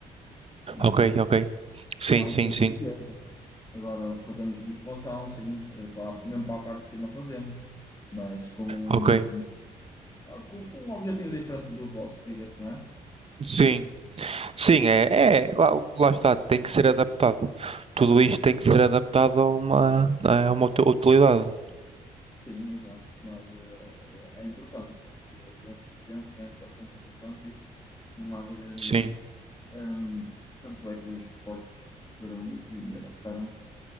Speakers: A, on the left; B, on the right.
A: Não,
B: Ok,
A: não
B: ok. Sim,
A: é algo
B: sim,
A: que
B: sim.
A: aconteça. Agora, fazemos musculação, sim, eh, para- mesmo para a parte de cima fazemos, mas com, um,
B: Ok.
A: eh, com, com um objetivo diferente do vosso, diga-se, não é?
B: Sim. Sim, é, é lá, lá está, tem que ser adaptado. Tudo isto tem que ser adaptado a uma, a uma uti- utilidade.
A: Sim, exato. Mas eh, eh, é importante. Eu penso, penso que é bastante importante isso. Não há dúvida nenhuma.
B: Sim.
A: Hum, tanto é que os desportos viram isso e adaptaram-se